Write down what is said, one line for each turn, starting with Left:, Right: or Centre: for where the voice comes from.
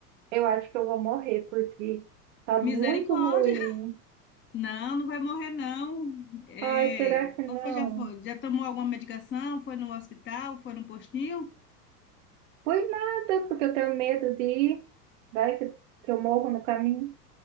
Right: Eu acho que eu vou morrer porque tá
Left: Misericórdia!
Right: muito ruim.
Left: <laughs> Não, não vai morrer, não. É,
Right: Ai, será que
Left: você
Right: não?
Left: já foi- já tomou alguma medicação? Foi no hospital? Foi no postinho?
Right: Foi nada, porque eu tenho medo de ir. Vai que, que eu morro no caminho.